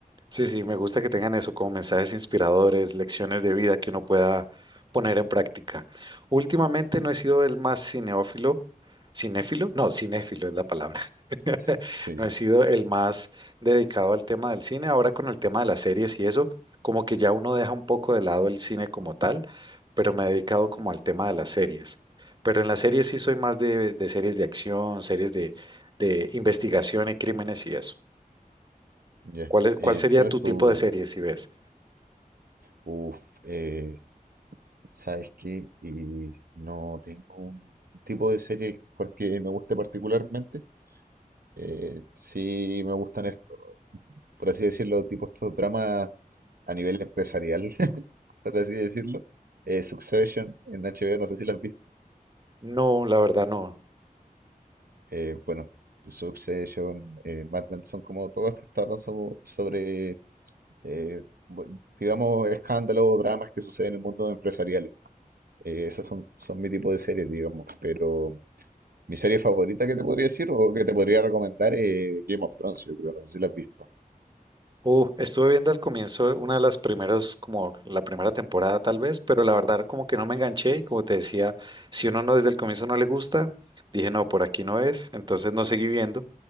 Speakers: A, on the right; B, on the right.
A: Sí, sí, me gusta que tengan eso como mensajes inspiradores, lecciones de vida que uno pueda poner en práctica. Últimamente no he sido el más cineófilo, cinéfilo, no, cinéfilo es la palabra. <laughs>
B: S- Sí,
A: No
B: sí,
A: he sido el más dedicado al tema del cine. Ahora con el tema de las series y eso, como que ya uno deja un poco de lado el cine como tal, pero me he dedicado como al tema de las series. Pero en las series sí soy más de, de series de acción, series de, de investigación y crímenes y eso.
B: ya.
A: ¿Cuál es-
B: Eh,
A: cuál sería
B: ¿cuál
A: tu
B: es tu...
A: tipo de serie si ves?
B: Uf, eh, ¿sabes qué? Y no tengo un un tipo de serie porque me guste particularmente. Eh, sí me gustan estos, por así decirlo, tipo estos dramas a nivel empresarial, <laughs> por así decirlo. Eh, Succession en HBO, no sé si lo has visto.
A: No, la verdad no.
B: Eh, bueno, Succession, eh, Mad Men son como todas estas tramas sobre eh, bu- digamos, escándalos o dramas que suceden en el mundo empresarial Eh, esas son, son mi tipo de series, digamos. Pero mi serie favorita que te podría decir o que te podría recomendar es Game of Thrones, yo creo, no sé si la has visto.
A: Uh, estuve viendo al comienzo una de las primeras, como la primera temporada tal vez, pero la verdad como que no me enganché y como te decía, si uno no desde el comienzo no le gusta, dije no, por aquí no es, entonces no seguí viendo